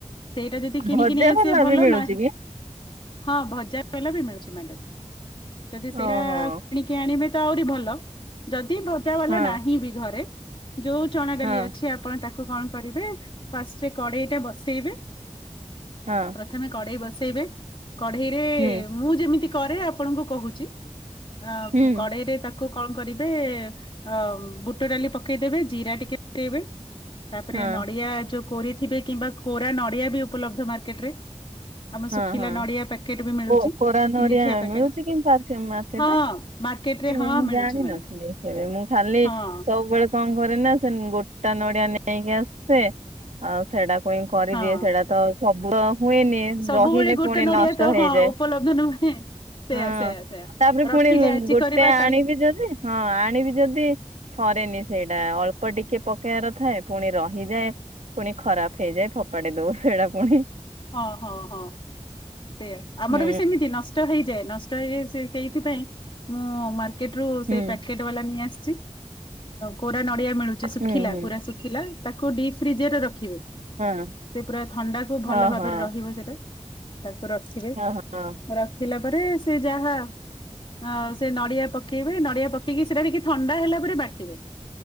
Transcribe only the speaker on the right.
ଭଜା
ବାଲା
ବି ମିଳୁଛି
କି
ଓହୋ
ହଁ
ହଁ
ହଁ।
ହୁଁ
ହୁଁ
ହଁ
ହଁ
ହଁ
କୋ କୋରା ନଡିଆ
ମିଳୁଚି କି ମାର୍କେଟ୍
ରେ।
ସେ
ମୁଁ ଜାଣିନଥିଲି
କେବେ ମୁଁ ଖାଲି
ସବୁବେଳେ କଣ କରେ ନା ସେ ଗୋଟା ନଡିଆ ନେ ଯାଇକି ଆସେ ଆଉ ସେଟାକୁ ହିଁ କରିଦିଏ
ସେଇଟା ତ ସବ୍ଦ ହୁଏନି।
ରହିଲେ
ପୁଣି
ନଷ୍ଟ
ହେଇଯାଏ।
ହଁ
ତାପରେ
ପୁଣି
ଗୋଟେ
ଆଣିବି
ଯଦି ହଁ ଆଣିବି ଯଦି ସରେନି ସେଇଟା ଅଳ୍ପ ଟିକେ ପକେଇବାର ଥାଏ ପୁଣି ରହିଯାଏ। ପୁଣି ଖରାପେ ହେଇଯାଏ ଫୋପାଡି ଦୋଉ ସେଇଟା ପୁଣି।
ହୁଁ
ହୁଁ
ହୁଁ ହୁଁ।
ହଁ
ଓହୋ
ଓହୋ